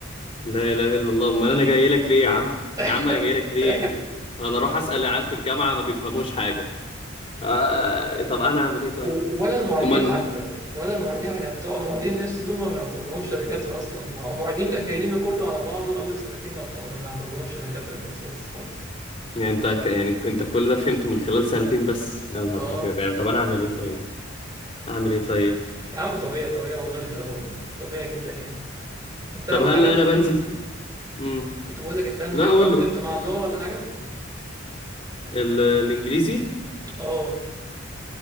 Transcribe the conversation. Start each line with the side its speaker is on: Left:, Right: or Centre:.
Left: لا اله الا الله امال انا جاي لك ليه يا عم
Right: <laughs>
Left: يا عم انا جاي لك ليه انا اروح اسال العيال في الجامعه ما بيفهموش حاجه آه... طب انا اعمل ايه طيب
Right: و- ولا المعيدين
Left: امال
Right: حتى ولا المعيدين احنا بتوع المعيدين هيستو دول ما بنعتبرهمش دكاتره اصلا ما هو المعيدين الاكاديمي كله على بعضه اول سنتين ما بتوع- ما بنعتبرهمش دكاتره من الاساس خالص
Left: يعني انت ك... يعني انت كل ده فهمته من خلال سنتين بس يا نهار
Right: اه
Left: ابيض يعني طب انا اعمل ايه طيب اعمل ايه طيب
Right: يا عم طبيعي طبيعي والله اللي دوت ده طبيعي جدا يعني انت اهم
Left: طب هل
Right: حاجه
Left: انا بنزل
Right: مم.
Left: امم
Right: كنت بقول لك انت اهم
Left: لا
Right: حاجه
Left: اقول
Right: اتاقلمت
Left: له
Right: مع اللغه ولا حاجه
Left: ال... الانجليزي
Right: اه